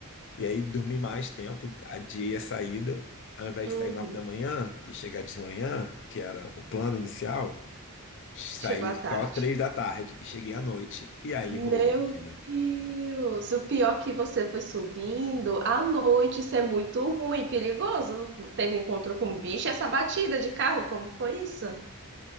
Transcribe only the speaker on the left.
e aí dormi mais tempo, adiei a saída. Ao invés
de sair nove da manhã e chegar de manhã, que era o plano inicial, Saí
só
três da tarde e cheguei à noite, e aí
rolou a batida.